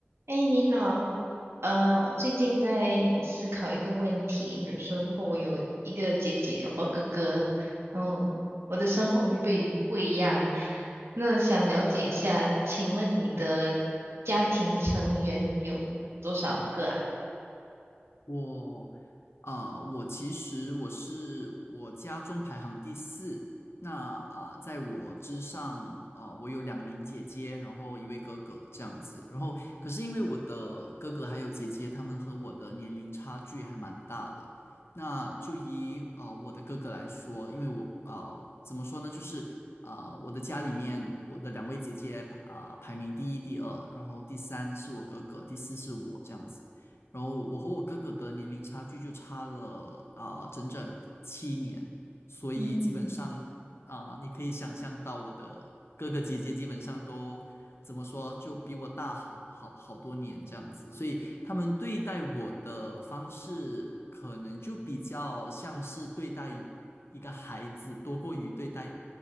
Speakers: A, on the right; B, on the left.
A: 哎，你好，呃，我最近在思考一个问题，比如说，如果我有一个姐姐或哥哥，然后我的生活会不被不一样。那想了解一下，请问你的家庭成员有多少个啊？
B: 我啊、我其实我是我家中排行第四。那啊、在我之上啊、我有两名姐姐，然后一位哥哥这样子。然后，可是因为我的哥哥还有姐姐，他们和我的年龄差距还蛮大的。那就以啊、我的哥哥来说，因为我啊、怎么说呢，就是啊、我的家里面我的两位姐姐啊、排名第一、第二，然后第三是我哥哥，第四是我这样子。然后我和我哥哥的年龄差距就差了啊、整整七年，所以基本上啊、
A: 嗯，
B: 你可以想象到我的哥哥姐姐基本上都怎么说，就比我大好好好多年这样子，所以他们对待我的方式可能就比较像是对待一个孩子，多过于对待